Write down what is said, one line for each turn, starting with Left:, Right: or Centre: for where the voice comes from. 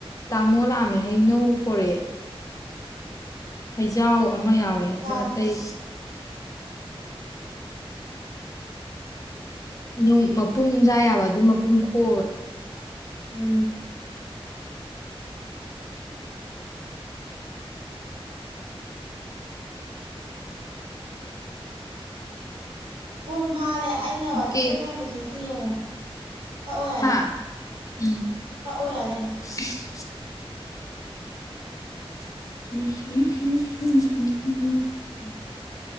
Left: ꯇꯥꯃꯣ ꯂꯛ ꯑꯝꯃꯦ ꯍꯩꯏꯅꯧ ꯄꯔꯛꯑꯦ ꯍꯩꯖꯥꯎ ꯑꯃ ꯌꯥꯎꯋꯦ
Right: ꯆꯥꯁꯦ
Left: ꯑ ꯑꯇꯩ ꯍꯩꯅꯧ ꯃꯄꯨꯝ ꯆꯥ ꯌꯥꯕ ꯑꯗꯨꯝ ꯃꯄꯨꯝ ꯈꯣꯛꯑꯒ
Right: ꯎꯝ ꯄꯨꯡ ꯐꯥꯔꯦ ꯑꯩꯅ
Left: ꯑꯣꯀꯦ
Right: ꯋꯥꯆꯞꯇ ꯊꯥꯏ ꯃꯦꯁꯦꯖꯇꯣ ꯌꯦꯡꯉꯣ ꯀꯛꯑꯣ ꯌꯥꯔꯦ
Left: ꯍꯥꯥ ꯎꯝ
Right: ꯀꯛꯑꯣ ꯌꯥꯔꯦ
Left: <inaudible> <inaudible>
Right: <inaudible>